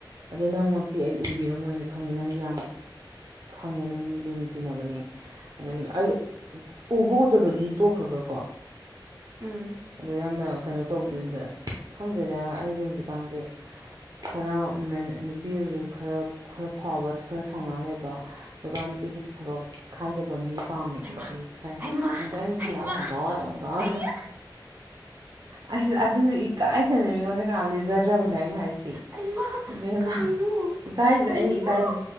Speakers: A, on the right; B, on the right.
A: ꯑꯗꯣ ꯅꯪꯃꯛꯇꯤ ꯑꯩ ꯎꯕꯤꯔꯝꯃꯣꯏꯅ ꯈꯪꯉꯤ ꯅꯪꯗꯤ ꯌꯥꯝ ꯈꯪꯉꯦ ꯅꯪꯗꯤ ꯂꯨꯅ ꯇꯤꯟꯅꯕꯅꯦ ꯑꯗꯗꯒꯤ ꯑꯩ ꯎꯕ ꯎꯗꯕꯗꯤ ꯇꯣꯛꯈ꯭ꯔꯒꯀꯣ
B: ꯎꯝ
A: ꯑꯣ ꯌꯥꯝꯅ ꯀꯩꯅꯣ ꯇꯧꯗꯗ ꯑꯁ ꯈꯪꯗꯦꯗ ꯑꯩꯁꯦ ꯍꯧꯖꯤꯛꯀꯥꯟꯁꯦ ꯈꯔ ꯃ ꯅꯨꯄꯤ ꯑꯣꯏꯔꯁꯨ ꯈꯔ ꯈꯔ ꯐꯥꯎꯕ ꯈꯔ ꯊꯧꯅꯥ ꯂꯩꯕ ꯅꯨꯄꯥ ꯅꯨꯄꯤꯒꯤ ꯊꯕꯛ ꯈꯥꯏꯗꯕ ꯃꯤ ꯆꯥꯝꯃꯦ
B: ꯍꯩꯃꯥ
A: ꯈꯣꯠꯂꯤ ꯈꯔ
B: ꯍꯩꯃꯥ
A: ꯑꯗꯣ ꯑꯩꯅ
B: ꯍꯩꯃꯥ
A: ꯈꯜꯂꯦꯛꯃꯥꯏꯀꯧ ꯑꯗꯨꯃꯥꯏꯒꯧ
B: ꯑꯩꯌꯥ
A: ꯑꯩꯁ ꯑꯗꯨꯁꯨ ꯏꯀꯥꯏꯊꯅ ꯃꯤꯉꯣꯟꯗ ꯀꯅꯥꯝ ꯂꯤꯖꯗ꯭ꯔꯕꯅꯦ ꯍꯥꯏꯁꯤ
B: ꯍꯩꯃꯥ
A: ꯏꯕꯦꯃ
B: ꯀꯔꯤꯅꯣ
A: ꯏꯀꯥꯏꯖꯩ
B: ꯀꯔꯤꯅꯣ
A: ꯑꯩꯅ ꯏꯀꯥꯏꯕꯤ